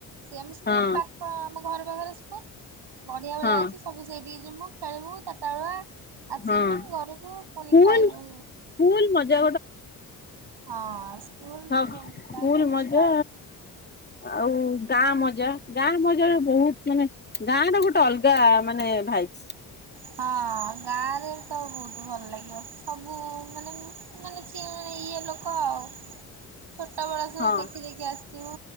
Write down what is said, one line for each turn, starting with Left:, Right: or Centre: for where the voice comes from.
Right: ସିଏ ଆମ ସ୍କୁଲ
Left: ହଁ
Right: ପାଖ ଆମ ଘର ପାଖରେ ସ୍କୁଲ। ପଡ଼ିଆ ଭଳିଆ
Left: ହଁ
Right: ଅଛି ସବୁ ସେଇଠିକି ଜୀମୁଁ। ଖେଳିବୁ ଚାରିଟାବେଳୁଆ ଆସିମୁଁ
Left: ହଁ
Right: ଘରକୁ ପୁଣି
Left: ସ୍କୁଲ
Right: ଖାଇବୁ।
Left: ସ୍କୁଲ ମଜା
Right: ହଁ। ସ୍କୁଲ
Left: ସବ
Right: ଟାଇମ୍
Left: ଫୁଲ୍
Right: ଗୋଟେ
Left: ମଜା।
Right: ପୁରା
Left: ଆଉ ଗାଁ ମଜା ଗାଁ ମଜାରେ ବହୁତ ମାନେ ଗାଁ ର ଗୋଟେ ଅଲଗା ମାନେ <unintelligible> ଭାଇ।
Right: ହଁ। ଗାଁ ରେ ତ ବହୁତ ଭଲ ଲାଗିବ ସବୁ ମାନେ ମାନେ <unintelligible> ଇଏ ଲୋକ ଆଉ। ଛୋଟ ବେଳ ସବୁ
Left: ହଁ।
Right: ଦେଖି ଦେଖି ଆସିଥିବୁ